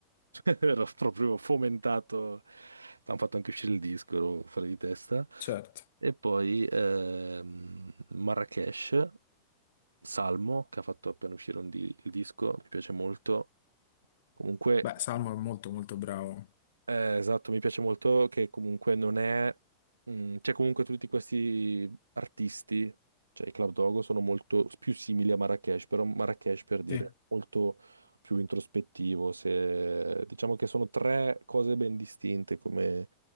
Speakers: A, on the right; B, on the left.
A: <laughs> ero proprio fomentato, hanno fatto anche uscire il disco, ero fuori di testa.
B: certo.
A: E poi ehm, Marrakesh, Salmo, che ha fatto appena uscire un di- il disco, mi piace molto. Comunque
B: Beh, Salmo è molto molto bravo.
A: Eh, esatto, mi piace molto che comunque non è... mm, c'è comunque tutti questi artisti, cioè i Club Dogo sono molto s- più simili a Marrakesh, però Marrakesh per dire
B: Sì,
A: è molto più introspettivo, se... diciamo che sono tre cose ben distinte come,